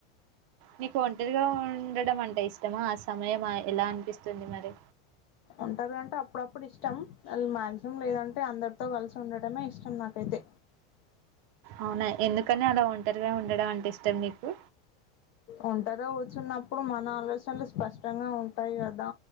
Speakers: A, on the right (about 40°); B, on the left (about 40°).
A: నీకు ఒంటరిగా ఉండడం అంటే ఇష్టమా ఆ సమయం ఎలా అనిపిస్తుంది మరి
B: ఉంటాదంటే అప్పుడప్పుడు ఇష్టం వాు మాక్సిమం లేదంటే అందరితో కలిసి ఉండటమే ఇష్టం నాకైతే
A: అవునా ఎందుకు కానీ అలా ఒంటరిగా ఉండడం అంటే ఇష్టం నీకు
B: ఒంటరిగా కూచున్నప్పుడు మన ఆలోచనలు స్పష్టంగా ఉంటాయి కదా